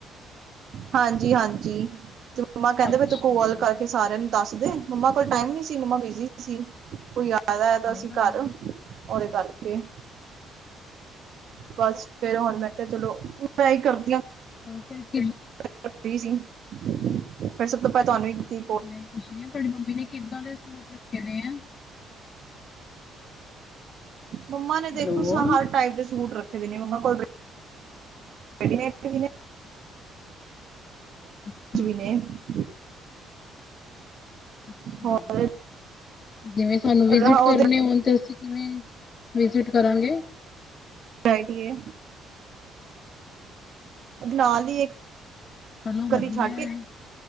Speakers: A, on the right; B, on the left.
A: ਹਾਂਜੀ-ਹਾਂਜੀ, ਮੰਮਾ ਕਹਿੰਦੇ
B: ਅੱਛਾ
A: ਵੀ ਤੂੰ ਕੋਲ ਕਰਕੇ ਸਾਰਿਆਂ ਨੂੰ ਦੱਸ ਦੇ, ਮੰਮਾ ਕੋਲ ਟਾਈਮ ਨੀ ਸੀ ਮੰਮਾ ਬਿਜੀ ਸੀ, ਕੋਈ ਆਇਆ ਹੈਗਾ
B: ਕੋਈ
A: ਸੀ
B: ਗੱਲ
A: ਘਰ।
B: ਨੀ,
A: ਉਹਦੇ ਕਰਕੇ। ਬਸ ਫੇਰ ਹੁਣ ਮੈਂ ਕਿਹਾ ਚਲੋ ਮੈਂ ਹੀ ਕਰਦੀ ਹਾਂ।
B: ਔਰ ਫੇਰ,
A: <unintelligible> ਫਿਰ ਸਭ ਤੋਂ ਪਤਾ ਨੀ ਤੀ,
B: ਨਹੀਂ ਕੁੱਛ ਨੀ ਆ, ਤੁਹਾਡੀ ਮੰਮੀ ਨੇ ਕਿੱਦਾਂ ਦੇ ਸੂਟ ਰੱਖੇ ਦੇ ਆ?
A: ਮੰਮਾ ਨੇ ਦੇਖੋ
B: ਹੈਲੋ
A: ਹਰ ਟਾਈਪ ਦੇ ਸੂਟ ਰੱਖੇ ਮੰਮਾ ਕੋਲ ਰਡੀਮੇਡ <unintelligible> ਚ
B: ਅੱਛਾ
A: ਵੀ ਨੇ <unintelligible>
B: ਅੱਛਾ,
A: ਹੋਰ
B: ਜਿਵੇਂ ਸਾਨੂੰ
A: ਉਹਦੇ
B: ਵਿਜਿਟ ਕਰਨੇ ਹੋਣ ਤੇ ਅਸੀਂ, ਕਿਵੇਂ ਵਿਜਿਟ ਕਰਾਂਗੇ?
A: ਬੈਠੀਏ, ਨਾਲ ਹੀ ਇੱਕ,
B: ਚਲੋ
A: ਗਲੀ
B: ਵਧੀਆ
A: ਛੱਡ ਕੇ,
B: ਹੈ